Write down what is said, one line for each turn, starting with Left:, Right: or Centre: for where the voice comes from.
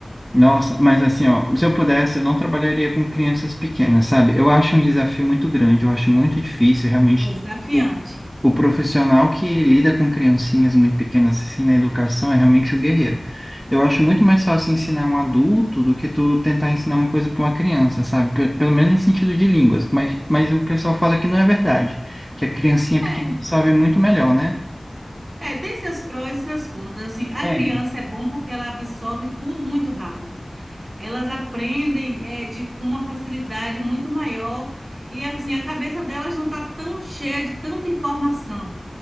Centre: Nossa, mas assim, ó, se eu pudesse, eu não trabalharia com crianças pequenas, sabe? Eu acho um desafio muito grande, eu acho muito difícil, realmente,
Right: é desafiante.
Centre: o, o profissional que lida com criancinhas muito pequenas, assim, na educação, é realmente um guerreiro. Eu acho muito mais fácil ensinar um adulto do que tu tentar ensinar uma coisa para uma criança, sabe? Pe- Pelo menos em sentido de línguas, mas, mas o pessoal fala que não é verdade, que a criancinha
Right: É,
Centre: pequena sabe muito melhor, né?
Right: é, tem seus prós e seus contras, assim, a
Centre: É.
Right: criança é bom porque ela absorve tudo muito rápido. Elas aprendem é, de, com uma facilidade muito maior e assim a cabeça delas não está tão cheia de tanta informação,